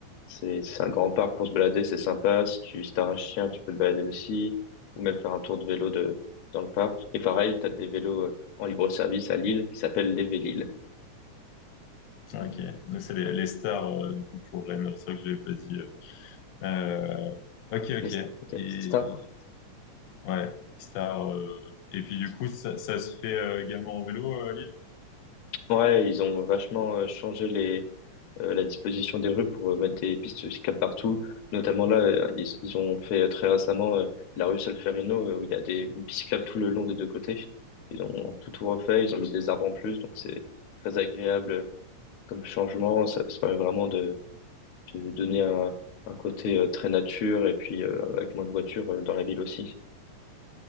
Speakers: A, on the left; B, on the left.
A: c'est c'est un grand parc pour se balader, c'est sympa. Si tu si t'as un chien, tu peux te balader aussi, ou même faire un tour de vélo de, dans le parc. Et pareil, t'as des vélos euh, en libre-service à Lille qui s'appellent les Vélil.
B: <laughs> Ok. Donc c'est les, les stars euh, du coup pour Rennes. C'est vrai que je l'avais pas dit. Euh, ok,
A: Les
B: ok.
A: st- ok.
B: Et
A: Star.
B: ouais, stars. euh, et puis du coup, ça, ça se fait euh, également en vélo, euh, Lille
A: Ouais, ils ont vachement euh, changé les euh, la disposition des rues pour euh, mettre des pistes cyclables partout. Notamment là, euh, ils, ils ont fait euh, très récemment euh, la rue Solferino euh, où il y a des une piste cyclable tout le long des deux côtés. Ils ont tout, tout refait, ils ont mis des arbres en plus, donc c'est très agréable euh, comme changement. Ça, ça permet vraiment de, de donner un, un côté euh, très nature et puis euh, avec moins de voitures euh, dans la ville aussi.